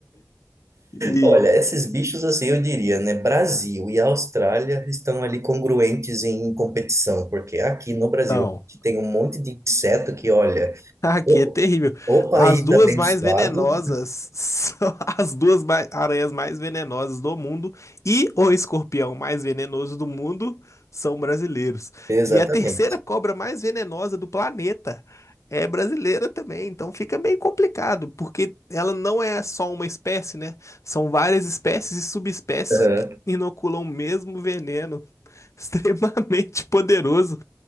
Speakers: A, on the left (about 70°); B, on the right (about 70°).
A: E,
B: Olha, esses bichos, assim, eu diria, né? Brasil e Austrália estão ali congruentes em competição, porque aqui no Brasil
A: então.
B: a gente tem um monte de inseto que, olha,
A: <laughs> Aqui
B: o,
A: é terrível.
B: o país
A: As duas
B: abençoado,
A: mais venenosas <laughs> são as duas mai- aranhas mais venenosas do mundo e o escorpião mais venenoso do mundo são brasileiros.
B: exatamente.
A: E a terceira cobra mais venenosa do planeta é brasileira também. Então fica meio complicado, porque ela não é só uma espécie, né? São várias espécies e subespécies
B: Aham,
A: que inoculam o mesmo veneno <laughs> extremamente poderoso